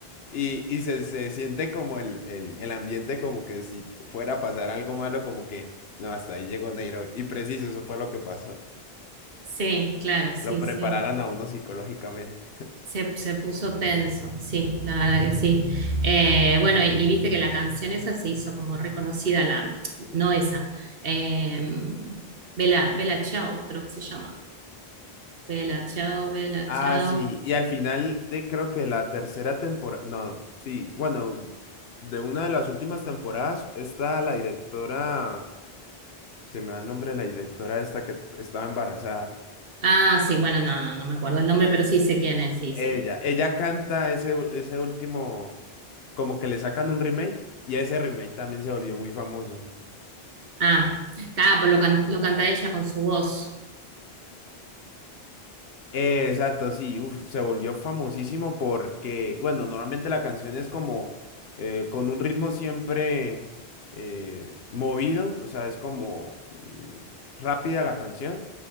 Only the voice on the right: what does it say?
sí, claro, sí,
sí.
Se, se puso tenso, sí, la verdad que sí. Eh, bueno, y, y viste que la canción esa se hizo como reconocida, la, no esa, eh, Bella, Bella Ciao, creo que se llama. Bella Ciao, Bella
Ciao.
Ah, sí, bueno, no, no, no me acuerdo el nombre,
pero sí sé quién es, sí,
sí.
Ah, claro, pues lo, can- lo canta ella con su voz.